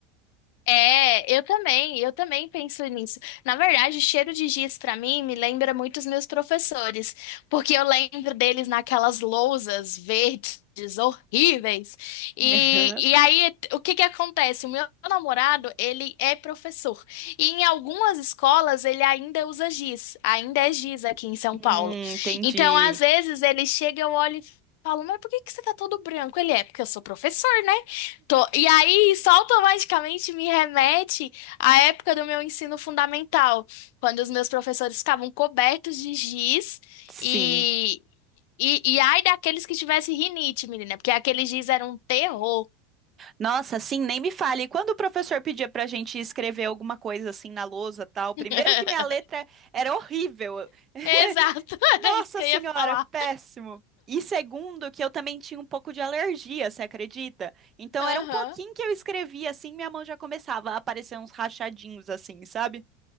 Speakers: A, on the left (about 65°); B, on the right (about 25°).
A: É, eu também, eu também penso nisso. Na verdade, cheiro de giz pra mim me lembra muito os meus professores, porque eu lembro deles naquelas lousas verdes horríveis. E,
B: <laughs>
A: e aí, o que que acontece? O meu namorado, ele é professor. E em algumas escolas ele ainda usa giz, ainda é giz aqui em São Paulo.
B: Hum, entendi.
A: Então, às vezes ele chega, eu olho e falo, mas por que que você tá todo branco? Ele é, porque eu sou professor, né? Tô- E aí, isso automaticamente me remete à época do meu ensino fundamental, quando os meus professores ficavam cobertos de giz
B: Sim.
A: e, e, e ai daqueles que tivessem rinite, menina, porque aquele giz era um terror.
B: Nossa, assim, nem me fale. E Quando o professor pedia pra gente escrever alguma coisa assim na lousa, tal, primeiro
A: <laughs>
B: que minha letra era horrível. <laughs>
A: Exato, <laughs>
B: Nossa
A: era isso que
B: senhora,
A: eu ia falar.
B: péssimo. E segundo, que eu também tinha um pouco de alergia, você acredita? Então
A: Aham.
B: era um pouquinho que eu escrevia assim, minha mão já começava a aparecer uns rachadinhos assim, sabe?